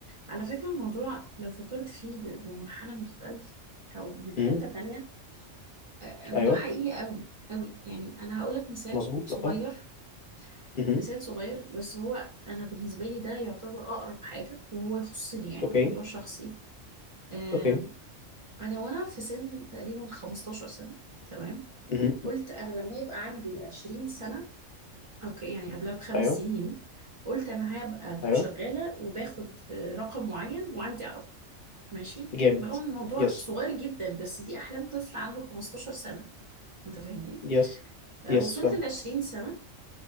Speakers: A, on the right; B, on the left.
A: على فكرة الموضوع لو فكرت فيه ب- بمنحنى مختلف أو من حتة
B: امم
A: تانية آه، الموضوع
B: ايوه
A: حقيقي أوي أوي يعني أنا هقولك مثال
B: مظبوط
A: صغير
B: اه امم
A: مثال صغير بس هو أنا بالنسبة لي ده يعتبر أقرب حاجة وهو يخصني يعني
B: اوكي
A: موضوع شخصي آم،
B: اوكي
A: أنا وأنا في سن تقريبا 15 سنة تمام
B: امم
A: قلت أنا لما يبقى عندي 20 سنة أوكي يعني قبلها بخمس
B: ايوه
A: سنين قلت أنا هبقى
B: ايوه
A: شغالة وباخد آه، رقم معين وعندي ماشي
B: جامد
A: برغم ان الموضوع
B: يس
A: صغير جدا بس دي احلام طفل عنده 15 سنه انت فاهمني
B: يس
A: فوصلت
B: يس فاهم
A: ل 20 سنه